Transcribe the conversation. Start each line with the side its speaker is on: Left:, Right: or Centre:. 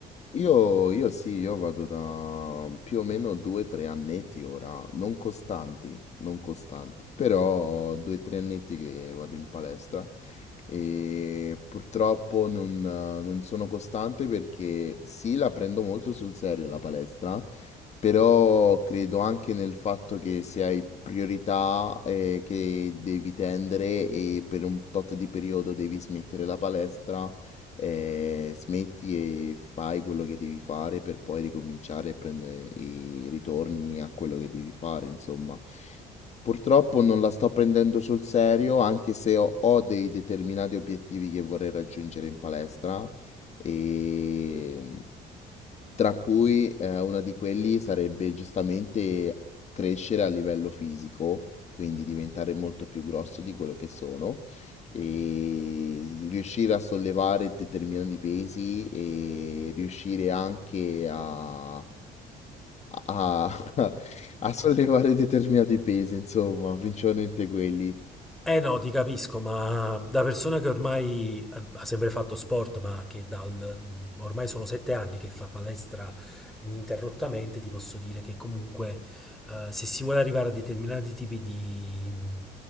Left: Io, io sì, io vado da più o meno due o tre annetti ora, non costanti, non costanti, però due o tre annetti che vado in palestra e purtroppo non, eh, non sono costante perché sì, la prendo molto sul serio la palestra, però credo anche nel fatto che se hai priorità eh, che devi tendere e per un tot di periodo devi smettere la palestra Ehm, smetti e fai quello che devi fare per poi ricominciare e prende e ritorni a quello che devi fare, insomma. Purtroppo non la sto prendendo sul serio, anche se ho, ho dei determinati obiettivi che vorrei raggiungere in palestra e tra cui, ehm, una di quelli sarebbe giustamente crescere a livello fisico, quindi diventare molto più grosso di quello che sono, ehm, riuscire a sollevare determinati pesi e riuscire anche a a <laughs> a a sollevare determinati pesi insomma, principalmente quelli.
Centre: Eh no, ti capisco, ma da persona che ormai eh, ha sempre fatto sport, ma che dal, mm, ormai sono sette anni che fa palestra ininterrottamente, ti posso dire che comunque eh, se si vuole arrivare a determinati tipi di mm,